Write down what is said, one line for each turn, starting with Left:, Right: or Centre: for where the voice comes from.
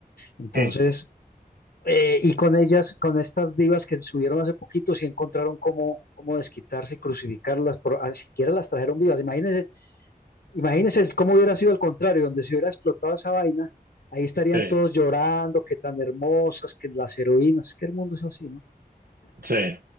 Left: Entonces...
Right: Mm,
Left: Eh, y con ellas, con estas divas que se subieron hace poquito, sí encontraron cómo, cómo desquitarse y crucificarlas, pero ni siquiera las trajeron vivas. Imagínense, imagínense cómo hubiera sido al contrario, donde se hubiera explotado esa vaina, ahí estarían
Right: Sí,
Left: todos llorando, que tan hermosas, que las heroínas, que el mundo es así, ¿no?
Right: sí,